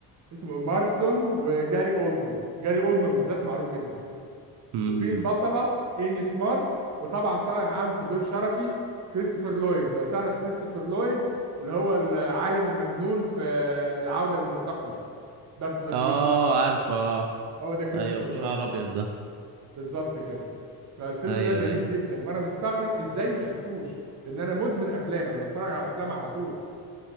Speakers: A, on the right; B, on the right.
A: اسمه مارسلون وجاري اولدمان جاري اولدمان بالذات معروف جدا
B: امم
A: وفي البطلة ايمي سمارت وطبعا طالع معاهم في دور شرفي كريستوفر لويد لو تعرف كريستوفر لويد اللي هو العالم المجنون في العودة للمستقبل باك تو ذا
B: اه
A: فيوتشر
B: عارفه اه
A: هو ده كريستوفر
B: ايوه بشعر
A: لويد
B: ابيض ده
A: بالظبط كده فالفيلم
B: ايوه
A: ده جميل
B: ايوه
A: جدا وانا مستغرب ازاي ما شفتوش لان انا مدمن افلام انا بتفرج على افلام على طول